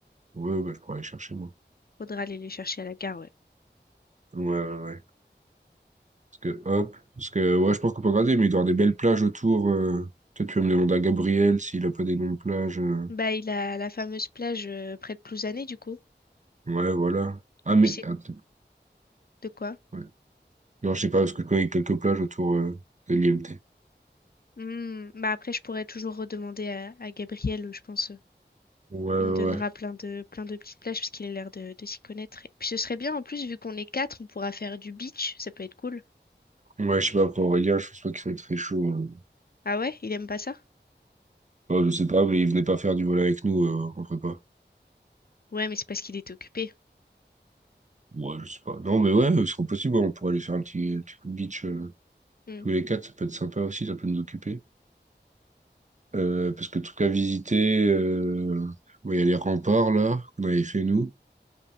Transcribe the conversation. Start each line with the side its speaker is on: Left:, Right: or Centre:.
Right: Ouais, bah, je pourrais aller chercher, moi.
Left: Faudra aller les chercher à la gare, ouais.
Right: Ouais, ouais, ouais. Parce que, hop. Parce que, ouais, je pense qu'on peut regarder, mais il doit y avoir des belles plages autour. euh. Peut-être tu vas me demander à Gabriel s'il a pas des noms de plages. euh.
Left: Bah, il a la fameuse plage euh, près de Plouzané, du coup.
Right: Ouais, voilà. Ah,
Left: Et
Right: mais.
Left: puis c'est
Right: attends,
Left: de quoi?
Right: ouais. Non, je sais pas, parce que je connais quelques plages autour euh, de l'IMT.
Left: Hmm, bah après, je pourrais toujours redemander à, à Gabriel, je pense. euh,
Right: Ouais, ouais,
Left: Il me donnera plein de, plein de petites plages parce qu'il a l'air de, de s'y connaître. Et puis ce serait bien, en plus, vu qu'on est quatre, on pourra faire du beach. Ça peut être cool.
Right: ouais. Ouais, je sais pas, pour Aurélien, je pense pas qu'il soit très chaud. euh.
Left: Ah ouais, il aime pas ça?
Right: Oh, je sais pas, mais il venait pas faire du vol avec nous euh, en prépa.
Left: Ouais, mais c'est parce qu'il est occupé.
Right: Ouais, je sais pas. Non, mais ouais, ce serait possible, ouais, on pourrait aller faire un petit, un petit coup de beach euh,
Left: Hmm,
Right: tous les quatre, ça peut être sympa aussi, ça peut nous occuper. Euh, parce que truc à visiter, euh... ouais, il y a les remparts, là, qu'on avait fait, nous.